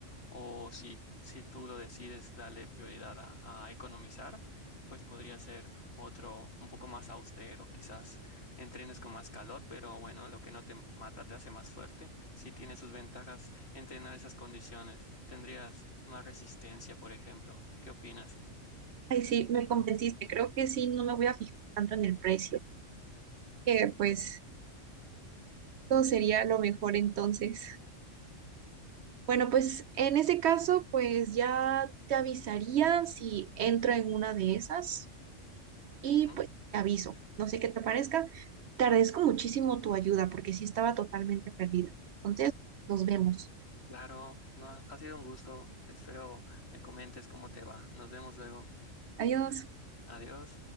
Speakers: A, on the left (about 55°); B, on the right (about 65°).
A: o si, si tú lo decides darle prioridad a, a economizar, pues podría ser otro un poco más austero. Quizás entrenes con más calor, pero bueno, lo que no te mata te hace más fuerte. Si tiene sus ventajas entrenar esas condiciones. Tendrías más resistencia, por ejemplo. ¿Qué opinas?
B: Ay, sí, me convenciste. Creo que sí, no me voy a fijar tanto en el precio. Que pues todo sería lo mejor entonces. Bueno, pues en ese caso, pues ya te avisaría si entro en una de esas. y
A: Ujú.
B: pues te aviso, no sé qué te parezca. Te agradezco muchísimo tu ayuda porque sí estaba totalmente perdida. Entonces, nos vemos.
A: Claro, no, ha ha sido un gusto. Espero me comentes cómo te va. Nos vemos luego.
B: Adiós.
A: Adiós.